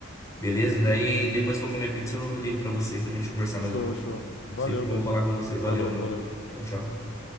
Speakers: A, on the left (about 15°); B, on the left (about 65°).
A: Beleza? Daí depois que eu comer pizza, eu ligo pra você pra gente conversar
B: Show,
A: mais um pouco.
B: show. Valeu,
A: Sempre bom
B: paizão.
A: falar com você. Valeu,
B: Falou,
A: mano.
B: falou.
A: Tchau, tchau.